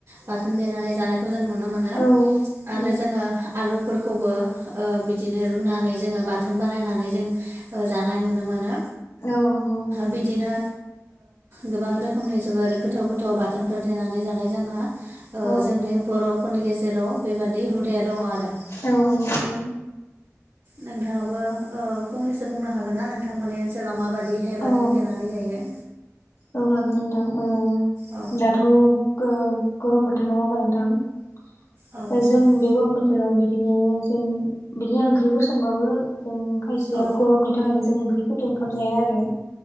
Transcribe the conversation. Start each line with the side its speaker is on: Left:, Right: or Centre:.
Right: बाथोन देनानै जानायखौ जों नुनो मोनो नुनो मोनो
Left: औ
Right: आरो
Left: औ
Right: जोङो आलु फोरखौबो बिदिनो रुनानै जोङो बाथोन बानायनानै जों जानाय नुनो मोनो
Left: औ नंगौ
Right: बिदिनो गोबां रोखोमनि जबोर गोथाव गोथाव बाथोनफोर देनानै जानाय जोंहा
Left: औ
Right: जोंनि बर'फोरनि गेजेराव बेबादि हुदाया दङ आरो
Left: औ नंगौ नोंथां
Right: नोंथाङाबो फंनैसो बुंनो हागोन ना नोंथांमोननि ओनसोलाव माबादि बेैहाय बाथोन
Left: औ
Right: देनानै जायो
Left: औ हागोन नथां औ
Right: औ
Left: दाथ' गोम गरम बोथोर नङा होमबा नोंथां
Right: औ नंगौ
Left: जों बे गरम बोथोराव बिदि बिदिनो जों बिदि ओंख्रिफोर संबाबो जों खायसेया
Right: औ
Left: गरमनि थाखायनो जों ओंख्रि गोदुं ओंखाम जाया आरो